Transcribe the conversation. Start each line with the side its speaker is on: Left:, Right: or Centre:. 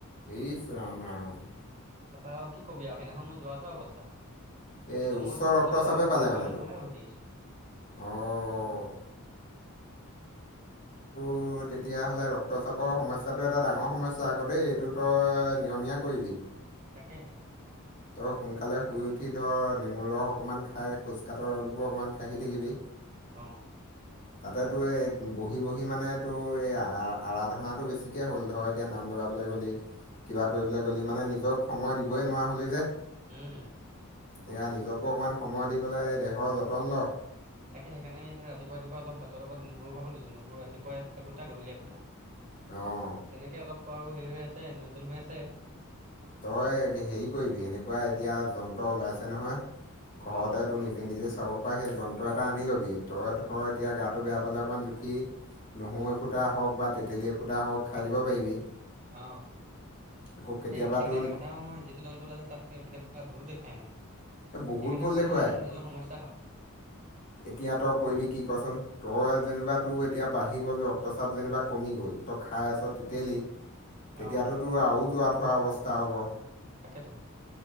Left: ইচ ৰাাম ৰাম
Right: তাৰ পৰাৰা আৰু কি কবি আৰু সেইদিনাখনয় মই যোৱা থোৱা অৱস্থা
Left: এই
Right: এ জমৰ
Left: উচ্চ ৰক্তচাপে
Right: জমৰ
Left: পালে
Right: ঘৰ
Left: মানে
Right: দুৱাৰ
Left: তোক।
Right: মুখেহে উভতি আহিছো
Left: অ'
Right: <inaudible>
Left: ত তেতিয়াাহ'লে ৰক্তচাপৰ সমস্য়টো এটা ডাঙৰ সমস্যা আকৌ দেই এইটো ত নিয়মীয়া কৰিবি
Right: তাকেহে।
Left: তই সোনকালে শুই উঠি ধৰ নেমুৰ ৰস অকণমান খাই খোজ কঢৰ ৰলবোৰ অকণমান খহি থাকিবি।
Right: অ,
Left: তাতেতো এই বহি বহি মানে তো এই আৰাধনাটো বেছিকে হ'ল ধৰ এতিয়া নাম লগাবলৈ গ'লি কিবা কৰিবলৈ গ'লি মানে নিজক সময় দিবই নোৱাৰা হ'লি যে,
Right: উম,
Left: এয়া নিজকো অকণমান সময় দি পেলাই এই দেহৰ যতন ল'।
Right: তাকে সেইকাৰণেতি ৰাতিপুৱ ৰাতিুৱ অলপ ভাতৰ লগত নহৰু খাব লৈছো নহৰু ৰাতিপুৱা এফুটা গধূলি এফোটা।
Left: অ,
Right: তেনেকৈ অলপ আৰু হেৰি হৈ আছে নিয়ন্ত্ৰণ হৈ আছে।
Left: তই হেৰি কৰিবি এনেকুৱা এতিয়া যন্ত্ৰ ওলাইছে নহয়, ঘৰতেতো
Right: অ
Left: নিজে নিজে চাব ত সেই যন্ত্ৰ এটা আনি ল'বি তই ধৰ এতিয়া গাটো বেয়া পালে অকণমান জুখি নহৰু এ ফুটা হওক বা তেতেলী এ ফুটা হওক খাই দিব পাৰিবি।
Right: অ,
Left: আকৌ কেতিয়াবা
Right: এ আজিকালি
Left: তোৰ
Right: এটা কথা নহয় যিটো যন্ত্ৰত আছে তাত কেতিয়াবা ভুলো দেখুৱাই মানে
Left: এই বহুত
Right: সেইকাৰণে
Left: ভুল
Right: অকমান
Left: দেখুৱায়
Right: নিজৰ সমস্যা হয়।
Left: এতিয়া তই কৰিবিবি কি কচোন তই যেনিবা তোৰ এতিয়া বাঢ়ি গ'ল ৰক্তচাপ যেনিবা কমি গ'ল, তই খাই আছ তিতেলি তেতিয়াতোতো
Right: অ
Left: আৰু যোৱা থোৱা অৱস্থা হ'ব।
Right: তাকেতো,